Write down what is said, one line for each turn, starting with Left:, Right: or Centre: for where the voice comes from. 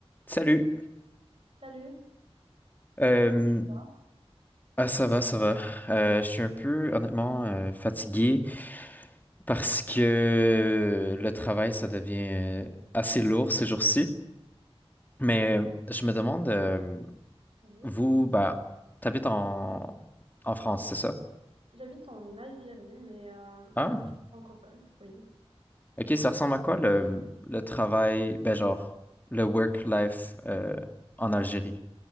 Left: Salut.
Right: Salut,
Left: Euh,
Right: comment tu vas?
Left: ah, ça va, ça va. Euh, je suis un peu, honnêtement, euh, fatigué parce que le travail, ça devient euh, assez lourd ces jours-ci. Mais je me demande, euh,
Right: Oui.
Left: vous, bah, t'habites en, en France, c'est ça?
Right: J'habite en Algérie, mais euh,
Left: Ah,
Right: je suis francophone, oui.
Left: ok, ça ressemble à quoi le, le travail, ben genre, le work-life euh, en Algérie?